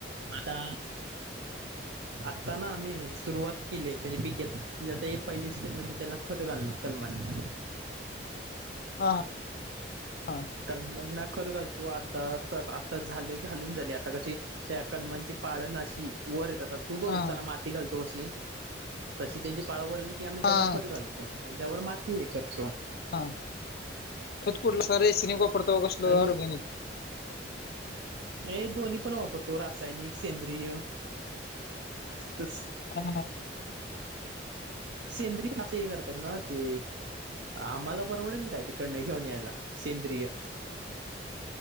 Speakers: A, on the right; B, on the left.
A: आता, आता ना आम्ही सुरुवात केली म्हणजे पीक म्हणजे आता एक पहिली स्टेप म्हणजे त्याला खतं घाल <inaudible>
B: हा. हा
A: कलमना खत घालतो आता आता झाले घालून झाले आता कशी त्या कलमांची पाळण अशी वर येतात..... तर तू बघ
B: हा
A: ऊसाला माती घालतो कशी तशी त्यांची पाळ वर आल की आम्ही
B: हा
A: त्यांना खत घालतो, आणि त्यावर माती हे करतो.
B: हा खत कुरल... रेसि वापरतो कसल
A: आणि
B: ऑर्गॅनिक....
A: हे दोन्ही पण वापरतो रासायनिक सेंद्रिय.... तस....
B: हा
A: सेंद्री खत हे करतात ना ते आम्हाल.... परवडेल काय तिकडनं घेऊन यायला सेंद्रिय....